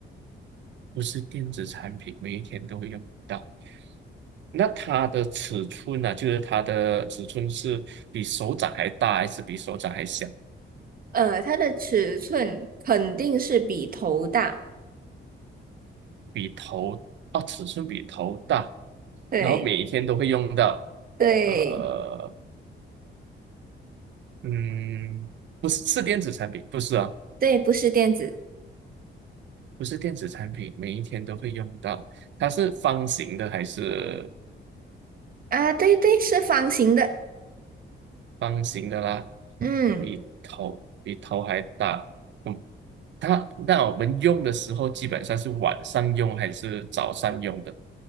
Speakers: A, on the right; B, on the right.
A: 不是电子产品，每一天都会用到。那它的尺寸呢、就是它的尺寸是比手掌还大，还是比手掌还小？
B: 呃，它的尺寸肯定是比头大。
A: 比头，哦，尺寸比头大，
B: 对
A: 然后每一天都会用到。
B: 对
A: 呃，嗯，不是，是电子产品，不是啊，
B: 对，不是电子
A: 不是电子产品，每一天都会用到。它是方形的还是？
B: 啊，对对，是方形的。
A: 方形的啦，
B: 嗯，
A: 比头比头还大。嗯，它那我们用的时候基本上是晚上用还是早上用的？